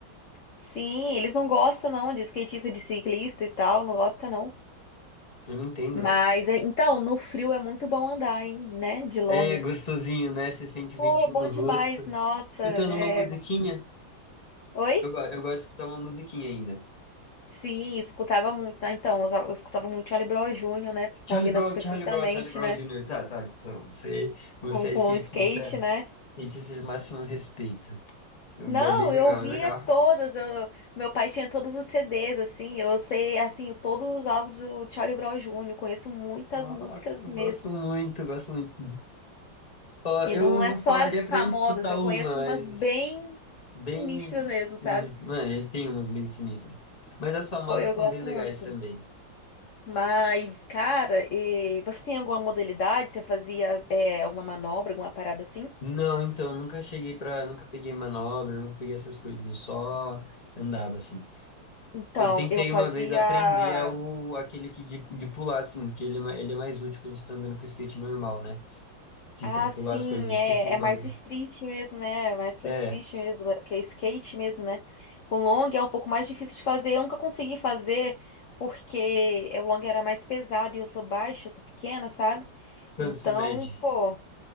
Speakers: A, on the left; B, on the left.
A: Sim, eles não gostam, não, de skatista, de ciclista e tal. Não gosta, não.
B: Eu não entendo,
A: Mas,
B: velho.
A: é- então, no frio é muito bom andar, hein? Né? De long.
B: É gostosinho, né? Você sente o
A: Pô,
B: ventinho
A: é bom
B: no
A: demais.
B: rosto.
A: Nossa.
B: Escutando
A: É...
B: uma musiquinha.
A: Oi?
B: Eu, go- eu gosto de escutar uma musiquinha ainda.
A: Sim, escutava muito, né? Então, eu escutava muito Charlie Brown Júnior né? Porque
B: Charlie
A: combina
B: Brown,
A: perfeitamente,
B: Charlie Brown, Charlie Brown
A: né?
B: Jr. Tá, tá, então, você,
A: Com,
B: você é
A: com
B: skatista,
A: o skate, né?
B: skatista de máximo respeito. É
A: Não,
B: bem legal,
A: eu via
B: é legal.
A: todas. Eu, meu pai tinha todos os CDs, assim. Eu sei, assim, todos os álbuns do Charlie Brown Júnior Conheço muitas
B: Nossa,
A: músicas
B: eu
A: mesmo.
B: gosto muito, eu gosto muito. Ó,
A: E
B: eu
A: não
B: não
A: é só
B: falaria
A: as
B: pra
A: famosas,
B: gente escutar
A: eu
B: uma,
A: conheço
B: mas
A: umas bem
B: Bem.
A: sinistras mesmo, sabe?
B: Mano, ele tem umas bem sinistras. Mas as famosas
A: Pô, eu
B: são
A: gosto
B: bem legais
A: muito.
B: também.
A: Mas, cara, e você tem alguma modalidade? Você fazia, é, alguma manobra, alguma parada assim?
B: Não, então, nunca cheguei pra. Nunca peguei manobra, nunca peguei essas coisas. Eu só andava assim.
A: Então,
B: Eu tentei
A: eu fazia.
B: uma vez aprender ao, aquele que de, de pular, assim, que ele, é ma- ele é mais útil quando você tá andando com o skate normal, né? De
A: Ah,
B: pra pular
A: sim,
B: as coisas, eu esqueci
A: é,
B: o
A: é
B: nome.
A: mais street mesmo, né? Mais pro
B: É,
A: street mesmo, é porque é skate mesmo, né? O long é um pouco mais difícil de fazer. Eu nunca consegui fazer porque o long era mais pesado e eu sou baixa, eu sou pequena, sabe?
B: quanto
A: Então,
B: você mede?
A: pô,